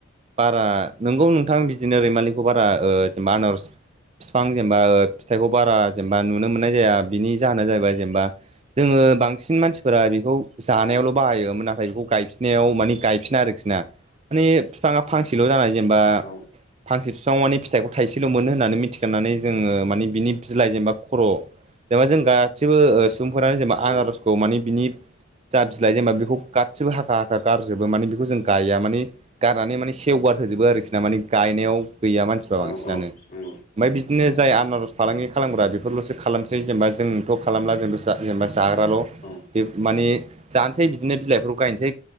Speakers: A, on the right; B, on the left.
A: बारा नोंगौ नोंथां बिदिनो रैमालिखौ बारा जेनेबा आनारस बिफां जेनेबा फिथाइखौ बारा जेनेबा नुनो मोननाय जाया बिनि जाहोना जाहैबाय जेनेबा जोङो बांसिन मानसिफोरा बेखौ जानाययावल
B: औ
A: बाहायो नाथाय गायनायाव गायफिना आरो खि ना माने बिफाङा फांसेल' जानाय जेनेबा
B: औ
A: फांसे बिफांङाव माने फिथाइखौ थाइसेल' मोन होननानै मिथिखांनानै जोङो मानि बिनि बिलाइ जेनेबा खर' जेनेबा जों गासिबो सुबुंफोरानो जेनेबा
B: औ
A: आनारसखौ मानि बिनि जा बिलाइ जेनेबा बेखौ गासिबो हाखा हाखा गारजोबो माने बेखौ जों गया माने गारनानै माने सेवगार होजोबो आरोखि ना माने गायनायाव गैया मानसिफ्रा
B: औ
A: बांसिनानो
B: औ नंगौ
A: ओमफ्राय बिदिनो जाय आनारज फालांगि खालामग्रा बेफोरलसो खालामसै जेनेबा जोंथ' खालामला जोंथ' जा जेनेबा जाग्राल'
B: औ
A: बे माने जानोसै बिदिनो बिलाइफोरखौ गायनोसै